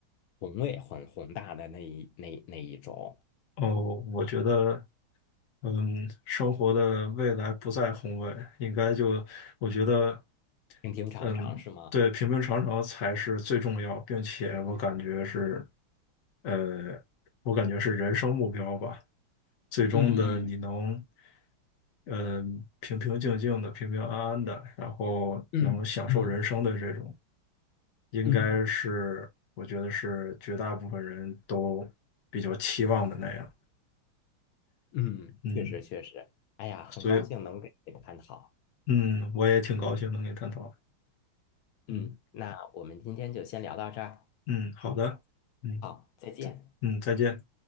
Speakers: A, on the left (about 80°); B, on the left (about 50°).
A: 宏伟、很宏大的那一那那一种，
B: 哦，我觉得，嗯，生活的未来不在宏伟，应该就，我觉得，
A: 平平常常是吗？
B: 嗯，对，平平常常才是最重要，并且我感觉是，呃，我感觉是人生目标吧。最终的你能，
A: 嗯嗯
B: 呃，平平静静的、平平安安的，然后能享受人生的这种，
A: 嗯嗯
B: 应该是我觉得是绝大部分人都比较期望的那样。
A: 嗯嗯，
B: 嗯，
A: 确实确实。哎呀，很高兴能给你探讨。
B: 所以嗯，我也挺高兴能跟你探讨。嗯
A: 嗯，那我们今天就先聊到这儿。
B: 嗯，好的，嗯
A: 好，再见。
B: 嗯，再见。